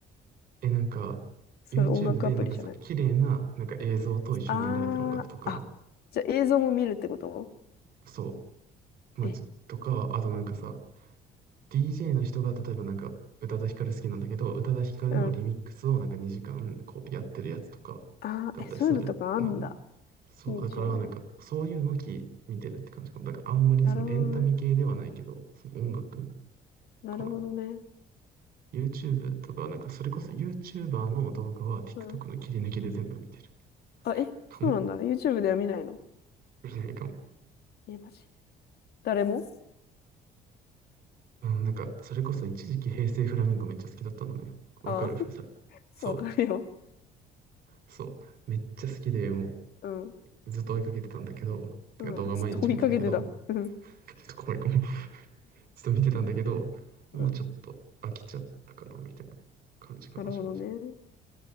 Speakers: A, on the right (about 60°); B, on the left (about 65°).
A: え、なんか、
B: そういう音楽アプリじゃない。
A: YouTube で、なんかそう、綺麗な、なんか映像と一緒に流れてる音楽とか、
B: あー、あ、じゃあ映像も見るってこと
A: そう、まあ、
B: え、
A: つとか、あとなんかさ、DJ の人が、例えばなんか、宇多田ヒカル好きなんだけど、宇多田ヒカルのリミックスをなんか2時間、
B: うん。
A: こう、やってるやつとか、
B: あー、
A: だったりするのね。
B: え、そういうのとかあんだ。
A: そう、
B: YouTube
A: だから、なんか、
B: で。
A: そういうのき、見てるって感じかも。だから、あんまりそのエンタメ系ではないけど、
B: なるほどね。
A: その音楽
B: なるほどね。
A: かな。YouTube とか、なんか、それこそ YouTuber の動画は TikTok
B: うん。
A: の切り抜きで全部見てる
B: あ、え、
A: かも。
B: そうなんだ。YouTube では見ないの
A: 見ないかも。
B: え、マジで。誰も
A: うん、なんか、それこそ一時期平成フラミンゴめっちゃ好きだったのね。わかるふさ。
B: ああ、
A: そう、
B: <laughs> わかるよ。
A: そう。めっちゃ好きで、も
B: うん。
A: うずっと追いかけてたんだけど、てか動画毎日見てたけど、
B: うん。ちょっと追いかけてた。うん。
A: ちょっと怖いかも。<laughs> ずっと見てたんだけど、もうちょっと飽きちゃったかな、
B: うん。
A: みたいな感じかな、
B: なるほどね。
A: 正直。